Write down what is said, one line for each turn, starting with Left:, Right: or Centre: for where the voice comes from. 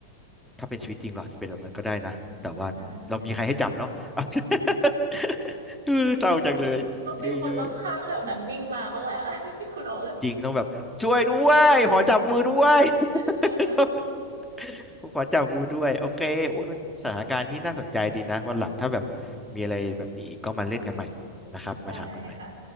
Centre: ถ้าเป็นชีวิตจริงเราอาจจะเป็นแบบนั้นก็ได้นะแต่ว่าเรามีใครให้จับเนาะ
Right: ใช่
Centre: <laughs> เออเศร้าจังเลยเออ
Right: ต้องมีคนรอบข้างแถวนั้นวิ่งมาบ้างแหล้ว <laughs> คุณอ๋อง
Centre: จริงต้องแบบช่วยด้วยขอจับมือด้วย
Right: <laughs>
Centre: <laughs> <laughs> ผมขอจับบูด้วยโอเคโอ้ยมันสถานการณ์ที่น่าสนใจดีนะวันหลังถ้าแบบมีอะไรแบบนี้อีกก็มาเล่นกันใหม่นะครับมาถามกันใหม่
Right: ได้ค่ะ